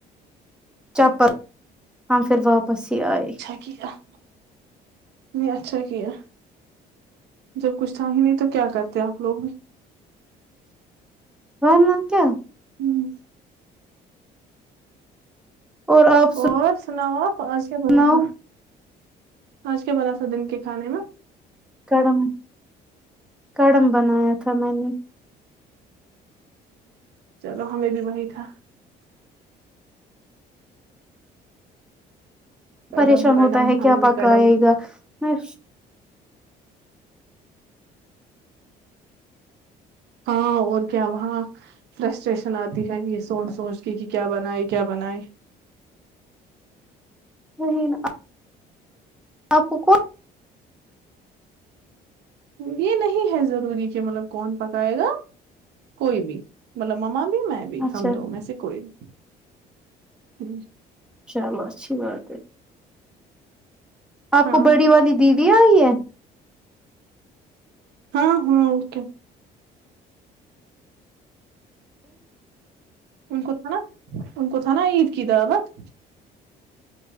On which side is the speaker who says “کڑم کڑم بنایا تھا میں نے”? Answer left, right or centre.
Centre